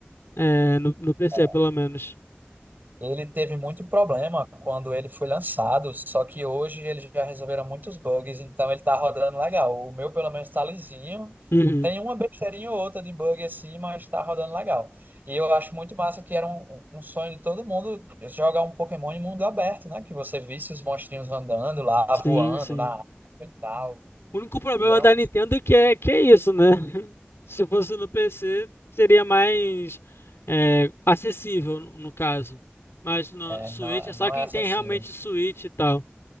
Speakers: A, on the left; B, on the right.
A: é, no, no PC,
B: é
A: pelo menos.
B: Ele teve muito problema quando ele foi lançado, só que hoje eles já resolveram muitos bugs, então ele tá rodando legal. O meu, pelo menos, tá lisinho.
A: Uhum.
B: Tem uma besteirinha ou outra de bug assim, mas tá rodando legal. E eu acho muito massa que era um, um um sonho de todo mundo jogar um Pokémon em mundo aberto, né? Que você visse os monstrinhos andando lá,
A: Sim,
B: voando
A: sim.
B: na água e tal.
A: O único problema
B: E é,
A: da
B: um-
A: Nintendo é que é que é isso, né? <laughs> Se fosse no PC, seria mais é, acessível, no no caso. Mas no
B: é,
A: Switch
B: não,
A: é só
B: não
A: quem
B: é acessível.
A: tem realmente Switch e tal.